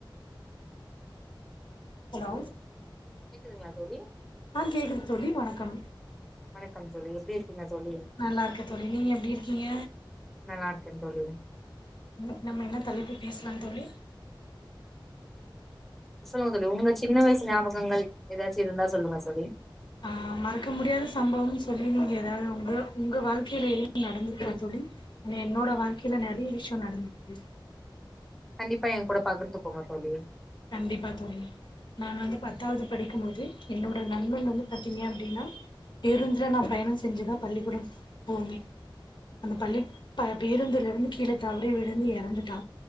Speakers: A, in the centre; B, on the left.
A: சொல்லுங்க
B: ஹலோ
A: கேக்குதுங்ளா தோழி
B: ஆ கேக்குது தோழி வணக்கம்
A: வணக்கம் தோழி எப்டி இருக்கீங்க தோழி
B: நல்லா இருக்க தோழி நீங்க எப்டி இருக்கீங்க
A: நல்லா இருக்கேன் தோழி
B: இன்னைக்கு நம்ம என்ன தலைப்பு பேசலா தோழி
A: சொல்லுங்க தோழி உங்க சின்ன வயசு ஞாபகங்கள் எதாச்சு இருந்தா சொல்லுங்க தோழி
B: ஆ மறக்க முடியாத சம்பவம்ன் சொல்லி நீங்க எதாவ்து உங்கள உங்க வாழ்க்கையில எது நடந்துருக்கா தோழி ஏனா என்னோட வாழ்க்கையில நெறிய விஷயோ நடந்திருக்கு
A: கண்டிப்பா என் கூட பகுர்ந்துக்கோங்க தோழி
B: கண்டிப்பா தோழி நான் வந்து பத்தாவது படிக்கும்போது என்னோட நண்பன் வந்து பாத்தீங்க அப்டினா பேருந்துல நா பயணொ செஞ்சுதா பள்ளிக்கூடம் போவே அந்த பள்ளி ப பேருந்துல இருந்து கீழ தவறி விழுந்து எறந்துட்டா